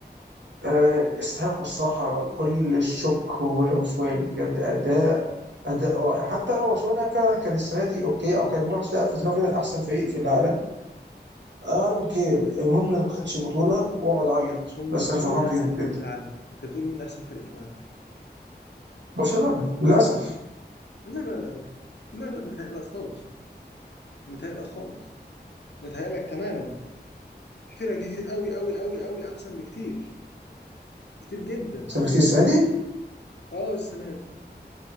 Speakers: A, on the right; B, on the left.
A: آه، يستحقوا الصراحه كل الشكر والعنفوان بجد اداء اداء رائع حتى لو برشلونه فعلا كان السنه دي اوكي او كان الماتش ده اثبت ان هو فعلا احسن فريق في العالم اي دونت كير
B: طيب،
A: المهم انك ما خدتش البطوله واقعد عيط
B: هو
A: بس
B: مين
A: انا
B: مين
A: فرحان
B: احسن
A: فيهم
B: فريق
A: جدا
B: في العالم؟ انت بتقول مين احسن فريق في العالم؟
A: برشلونه للاسف
B: لا لا لا لا لا لا بتهيألك خالص بتهيألك خالص بتهيألك تماما في فرق كتير قوي قوي قوي قوي احسن بكتير كتير جدا
A: احسن بكتير السنه دي
B: اه السنه دي